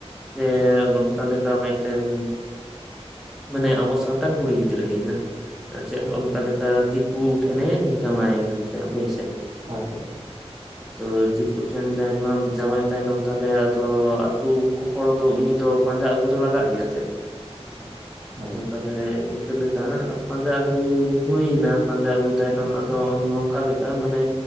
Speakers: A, in the centre; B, on the right.
A: ᱡᱮ ᱚᱱᱠᱟ ᱞᱮᱠᱟ ᱢᱮᱫᱴᱮᱱ ᱢᱟᱱᱮ ᱟᱵᱚ ᱥᱟᱱᱛᱟᱲ ᱠᱩᱲᱤ ᱜᱤᱫᱽᱨᱟᱹ ᱜᱮ ᱦᱟᱸᱜ ᱪᱮᱫ
B: ᱦᱮᱸ
A: ᱚᱱᱠᱟ ᱞᱮᱠᱟ ᱫᱤᱠᱩ ᱴᱷᱮᱱᱮ ᱡᱟᱢᱟᱭᱮ ᱠᱟᱱ ᱛᱟᱸᱦᱮᱜ ᱦᱳᱭ ᱥᱮ
B: ᱦᱚᱭ ᱥᱮ
A: ᱟᱫᱚ ᱫᱤᱠᱩ ᱴᱷᱮᱱ <unintelligible> ᱡᱟᱶᱟᱭ ᱛᱟᱭᱱᱚᱢ ᱛᱟᱦᱚᱞᱮ ᱟᱫᱚ ᱟᱛᱳ ᱠᱚᱯᱚᱲ ᱫᱚ ᱩᱱᱤ ᱫᱚ ᱯᱟᱸᱡᱟ ᱟᱹᱜᱩ ᱫᱚ ᱞᱟᱜᱟᱜ ᱜᱮᱭᱟ ᱥᱮ ᱦᱮᱥᱮ
B: ᱦᱳᱭ
A: ᱛᱟᱦᱮ ᱤᱱᱠᱟᱹ ᱞᱮᱠᱟ ᱯᱟᱸᱡᱟ ᱟᱹᱜᱩ ᱦᱩᱭᱱᱟ ᱯᱟᱸᱡᱟ ᱟᱹᱜᱩ ᱛᱟᱭᱱᱚᱢ ᱟᱫᱚ ᱱᱚᱝᱠᱟ ᱞᱮᱠᱟ ᱟᱨ ᱢᱟᱱᱮ